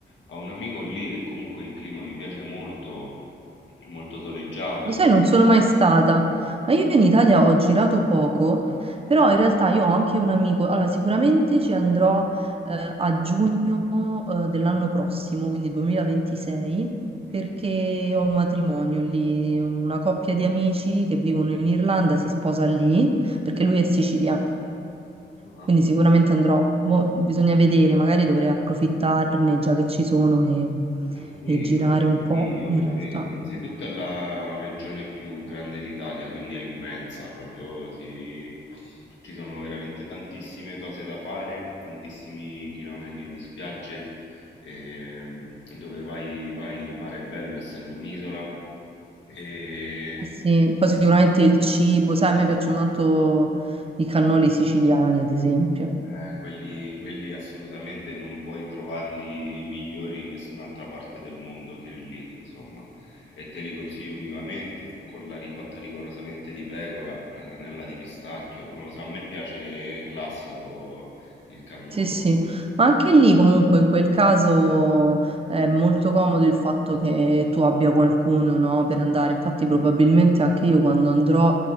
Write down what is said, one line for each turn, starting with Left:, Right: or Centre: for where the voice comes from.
Left: Ho un amico lì e comunque il clima mi piace molto, è molto soleggiato.
Right: Lo sai, non sono mai stata, ma io in Italia ho girato poco, però in realtà io ho anche un amico, allora sicuramente ci andrò eh, a giugno eh, dell'anno prossimo, quindi 2026,
Left: Mhm.
Right: perché ho un matrimonio lì, una coppia di amici che vivono in Irlanda si sposa lì, perché lui è siciliano,
Left: Ah.
Right: quindi sicuramente andrò, Mo bisogna vedere, magari dovrei approfittarne già che ci sono e
Left: Eh sì,
Right: e
Left: io
Right: girare
Left: te lo consiglio
Right: un po' in
Left: perché
Right: realtà.
Left: innanzitutto è la regione più grande d'Italia, quindi è immensa, proprio ti- ci sono veramente tantissime cose da fare, tantissimi chilometri di spiagge, ehm, dove vai, vai il mare è bello essendo un'isola, e
Right: Eh Sì, poi sicuramente il cibo, sai, a me piacciono tanto i cannoli siciliani, ad esempio.
Left: Eh, quelli quelli assolutamente non puoi trovarli migliori in nessun'altra parte del mondo che lì, insomma. E te li consiglio vivamente, con la ricotta rigorosamente di pecora, una granella di pistacchio. Non lo so, a me piace classico il cannolo.
Right: Sì, sì, ma anche lì comunque in quel caso eh, è molto comodo il fatto che tu abbia qualcuno, no, per andare. Infatti probabilmente anche io quando andrò